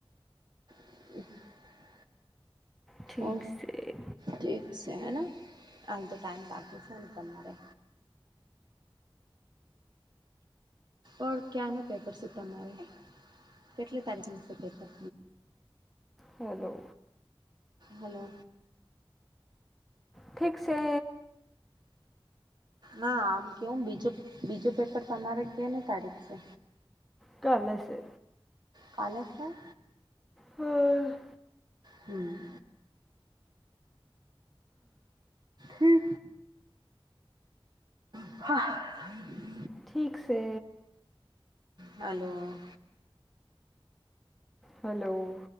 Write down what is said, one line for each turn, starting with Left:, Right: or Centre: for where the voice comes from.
Right: <inaudible>
Centre: ઠીક
Right: ઓ
Centre: છે
Right: ઠીક છે હેન આ તો ટાઈમ બાકી સે ને તમારે ઓર ક્યાંનો પેપર શે તમારે કેટલી તારીખનું શે પેપર
Centre: હલો
Right: હલો
Centre: ઠીક છે
Right: ના આમ કેવું બીજું બીજું પેપર તમારે કેની તારીખ છે
Centre: કાલે છે
Right: કાલે સે
Centre: હમ્મ.
Right: હમ્મ હમ્મ <inaudible>
Centre: ઠીક સે
Right: હાલો
Centre: હલો